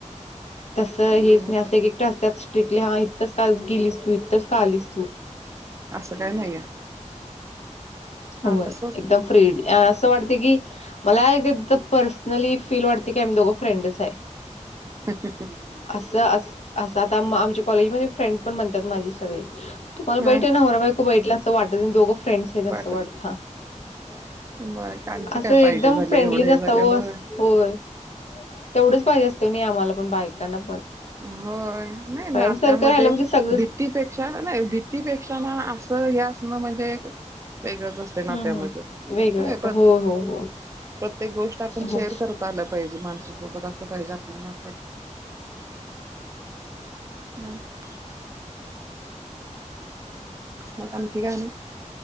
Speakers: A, on the left; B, on the right.
A: तसं
B: मग
A: हेच नाही असं एकेकटं अस्त्यात स्ट्रिक्टली हा इतंच का आज गेलीस तू? इ थंच का आलीस तू?
B: असं काय नाही हाय.
A: होय,
B: तसच
A: एकदम फ्री डी असं वाटते की मला एक एकदा पर्सनली फील वाटते की आम्ही दोघं फ्रेंडच हाय.
B: <inaudible>
A: असं अस असं आता आमच्या कॉलेजमध्ये फ्रेंड पण म्हणतात माझी सगळे तुम्हाला
B: हा
A: बघितल्यावर नवरा-बायको बघितले असं वाटत नाही. दोघं फ्रेंड्स आहेत
B: वाट
A: असं वाटता. <inaudible>
B: मग आणखी
A: असं
B: काय
A: एकदम
B: पाहिजे झाले
A: फ्रेंडलीच
B: एवढं हे
A: असता
B: झालं
A: ओ
B: होय
A: होय तेवढेच पाहिजे असते नी आम्हाला पण बायकांना पण.
B: होय, नाही नात्यामध्ये
A: फ्रेंड सर्कल राहिलं म्हणजे सगळंच
B: भी तीपेक्षा नाही भीतीपेक्षा ना असं हे असणं म्हणजे एक वेगळंच अस नात्यामध्ये
A: हं, हं. वेगळं
B: होय प्रत
A: हो, हो, हो,
B: <inaudible> प्रत्येक गोष्ट आपण शेअर
A: हो.
B: करतोय. ता आला पाहिजे माणसा सोबत असं पाहिजे आपल नात. <unintelligible> मग आणखी काय मग?